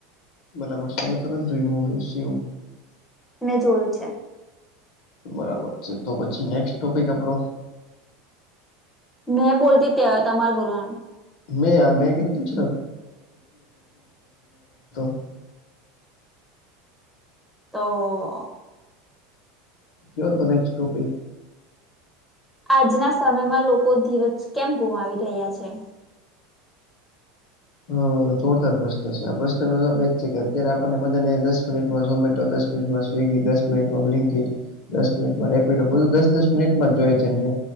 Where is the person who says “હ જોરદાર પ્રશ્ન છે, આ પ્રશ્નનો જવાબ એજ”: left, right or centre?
Left